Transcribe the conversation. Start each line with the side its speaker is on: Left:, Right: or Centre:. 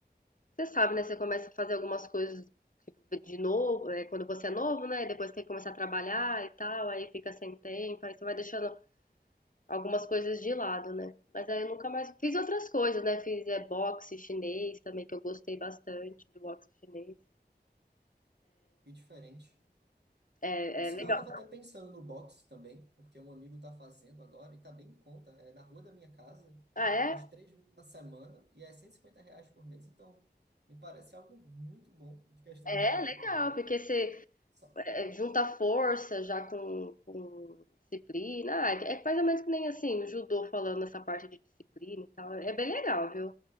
Left: Você sabe, né? Você começa a fazer algumas coisas tipo, de novo, é, quando você é novo, né? E Depois tem que começar a trabalhar e tal, aí fica sem tempo, aí você vai deixando algumas coisas de lado, né? Mas aí eu nunca mais fiz outras coisas, né? Fiz é, boxe chinês também, que eu gostei bastante do boxe chinês.
Right: e diferente.
Left: É,
Right: Por sinal,
Left: é legal.
Right: eu tava até pensando no box também, porque um amigo tá fazendo agora e tá bem em conta. É na rua da minha casa,
Left: Ah,
Right: ele
Left: é?
Right: faz três vezes na semana e é 150 reais por mês, então me parece algo muito bom de questão
Left: É
Right: de valor.
Left: é legal, porque você
Right: Só...
Left: é, junta força já com, com disciplina. Ah, é mais ou menos que nem assim, o judô falando essa parte de disciplina e tal. É bem legal, viu?